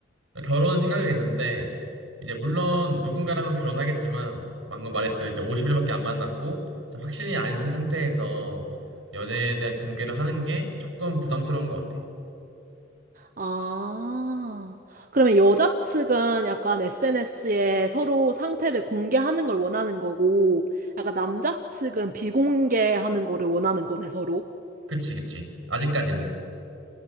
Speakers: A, on the right; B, on the right.
A: 결혼 생각을 했는데, 이제 물론 누군가랑은 결혼하겠지만, 방금 말했듯 이제 50일밖에 안 만났고, 이제 확신이 안 쓴 상태에서 연애에 대한 공개를 하는 게 조금 부담스러운 것 같아.
B: 아, 그러면 여자 측은 약간 SNS에 서로 상태를 공개하는 걸 원하는 거고, 약간 남자 측은 비공개하는 거를 원하는 거네, 서로.
A: 그치, 그치. 아직까지는.